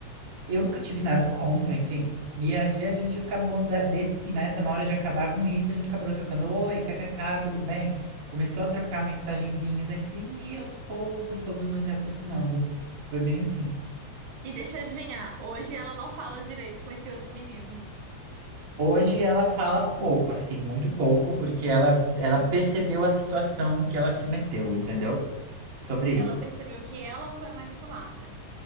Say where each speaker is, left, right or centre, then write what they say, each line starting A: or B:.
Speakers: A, on the right; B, on the right.
A: eu nunca tive nada contra, enfim. E aí a gente acabou da- desse, né? Tá na hora de acabar com isso, a gente acabou trocando, oi, kkk, tudo bem? Começou a trocar mensagenzinhas assim, e aos poucos fomos nos aproximando. Foi bem assim.
B: E deixa eu adivinhar, hoje ela não fala direito com esse outro menino.
A: Hoje ela fala pouco, assim, muito pouco, porque ela, ela percebeu a situação que ela se meteu, entendeu? Sobre
B: Ela
A: isso.
B: percebeu que ela foi manipulada.